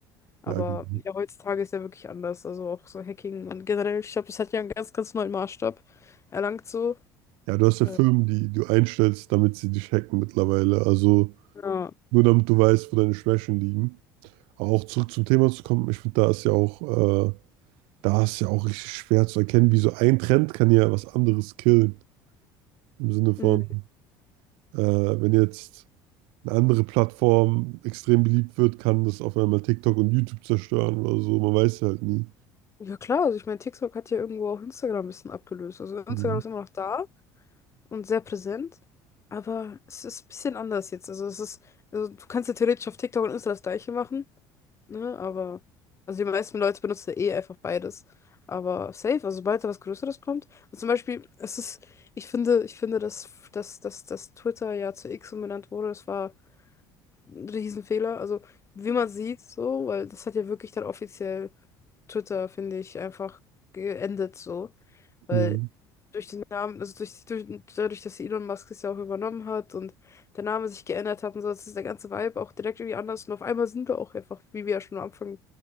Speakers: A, on the left; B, on the right.
A: Aber
B: Ja, genau.
A: ja, heutzutage ist ja wirklich anders. Also auch so Hacking und generell, ich glaube, das hat ja einen ganz, ganz neuen Maßstab erlangt so.
B: Ja, du hast ja
A: Äh,
B: Firmen, die du einstellst, damit sie dich hacken mittlerweile. Also
A: ja.
B: nur damit du weißt, wo deine Schwächen liegen. Aber auch zurück zum Thema zu kommen, ich finde, da ist ja auch, äh, da ist ja auch richtig schwer zu erkennen, wie so ein Trend kann ja was anderes killen. Im Sinne von,
A: Mhm.
B: äh, wenn jetzt eine andere Plattform extrem beliebt wird, kann das auf einmal TikTok und YouTube zerstören oder so. Man weiß halt nie.
A: Ja klar, also ich meine, TikTok hat ja irgendwo auch Instagram ein bisschen abgelöst. Also Instagram
B: Mhm.
A: ist immer noch da und sehr präsent, aber es ist ein bisschen anders jetzt. Also es ist, also du kannst ja theoretisch auf TikTok und Insta das Gleiche machen. Ne? Aber, also die meisten Leute benutzen ja eh einfach beides. Aber safe, also sobald da was Größeres kommt. Und zum Beispiel, es ist, ich finde, ich finde, dass, dass, dass, dass Twitter ja zu X umbenannt wurde, das war ein Riesenfehler. Also, wie man sieht, so, weil das hat ja wirklich dann offiziell Twitter, finde ich, einfach geendet, so. Weil
B: Mhm.
A: durch den Namen, also durch, durch, dadurch, dass Elon Musk es ja auch übernommen hat und der Name sich geändert hat und so, das ist der ganze Vibe auch direkt irgendwie anders. Und auf einmal sind wir auch einfach, wie wir ja schon am Anfang